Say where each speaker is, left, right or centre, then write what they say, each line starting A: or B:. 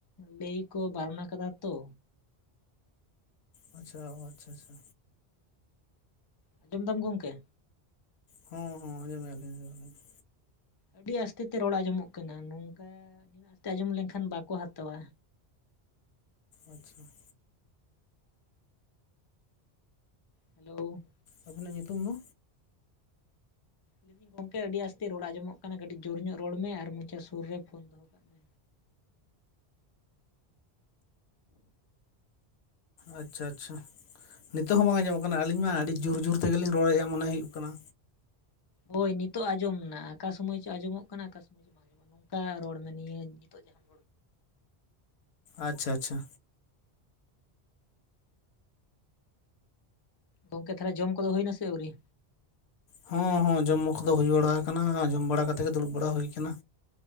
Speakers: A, on the left; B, on the left.
A: ᱞᱟᱹᱭ ᱠᱚ ᱵᱟᱨᱱᱟ ᱠᱟᱫᱟ ᱛᱚ
B: ᱟᱪᱪᱷᱟ ᱚ ᱟᱪᱷᱟ ᱟᱪᱪᱷᱟ
A: ᱟᱸᱡᱚᱢ ᱫᱟᱢ ᱜᱳᱝᱠᱮ
B: ᱦᱚᱸ ᱦᱚᱸ ᱟᱸᱡᱚᱢ ᱮᱫᱟᱞᱤᱧ ᱟᱸᱡᱚᱢ ᱮᱫᱟᱞᱤᱧ
A: ᱟᱹᱰᱤ ᱟᱥᱛᱮ ᱛᱮ ᱨᱚᱲ ᱟᱸᱡᱚᱢᱚᱜ ᱠᱟᱱᱟ ᱱᱚᱝᱠᱟ ᱱᱤᱱᱟᱹᱜ ᱟᱥᱛᱮ ᱟᱸᱡᱚᱢ ᱞᱮᱱᱠᱷᱟᱱ ᱵᱟᱠᱚ ᱦᱟᱛᱟᱣᱟ᱾
B: ᱟᱪᱪᱷᱟ
A: ᱦᱮᱞᱳ
B: ᱟᱵᱤᱱᱟᱜ ᱧᱩᱛᱩᱢ ᱫᱚ?
A: ᱞᱟᱹᱭᱫᱟᱹᱧ ᱜᱚᱝᱠᱮ ᱟᱹᱰᱤ ᱟᱥᱛᱮ ᱨᱚᱲ ᱟᱸᱡᱚᱢᱚᱜ ᱠᱟᱱᱟ ᱠᱟᱹᱴᱤᱡ ᱡᱳᱨ ᱧᱚᱜ ᱨᱚᱲ ᱢᱮ ᱟᱨ ᱢᱚᱪᱟ ᱥᱩᱨ ᱨᱮ ᱯᱷᱳᱱ ᱫᱚᱦᱚ ᱠᱟᱜ ᱢᱮ
B: ᱟᱪᱪᱷᱟ ᱟᱪᱪᱷᱟ ᱱᱤᱛᱚᱜ ᱦᱚᱸ ᱵᱟᱝ ᱟᱸᱡᱚᱜ ᱠᱟᱱᱟ ᱟᱹᱞᱤᱧ ᱢᱟ ᱟᱹᱰᱤ ᱡᱩᱨ ᱡᱩᱨ ᱛᱮᱜᱮ ᱞᱤᱧ ᱨᱚᱲᱮᱫ-ᱟ ᱢᱚᱱᱮ ᱦᱩᱭᱩᱜ ᱠᱟᱱᱟ
A: ᱦᱳᱭ ᱱᱤᱛᱚᱜ ᱟᱸᱡᱚᱢ ᱱᱟ ᱚᱠᱟ ᱥᱚᱢᱚᱭ ᱪᱚ ᱟᱸᱡᱚᱢᱚᱜ ᱠᱟᱱᱟ ᱚᱠᱟ ᱥᱚᱢᱚᱭ ᱵᱟᱝ ᱟᱸᱡᱚᱢᱚᱜ ᱱᱚᱝᱠᱟ ᱨᱚᱲ ᱢᱮ ᱱᱤᱭᱟᱹ ᱱᱤᱛᱚᱜ ᱡᱟᱦᱟᱸ
B: ᱟᱪᱪᱷᱟ ᱟᱪᱪᱷᱟ
A: ᱜᱚᱝᱠᱮ ᱛᱟᱦᱚᱞᱮ ᱡᱚᱢ ᱠᱚᱫᱚ ᱦᱩᱭ ᱱᱟᱥᱮ ᱟᱹᱣᱨᱤ?
B: ᱦᱚᱸ ᱦᱚᱸ ᱡᱚᱢ ᱠᱚ ᱫᱚ ᱦᱩᱭ ᱵᱟᱲᱟ ᱠᱟᱱᱟ ᱡᱚᱢ ᱵᱟᱲᱟ ᱠᱟᱛᱮᱫ ᱜᱮ ᱫᱩᱲᱩᱵ ᱵᱟᱲᱟ ᱦᱩᱭ ᱠᱟᱱᱟ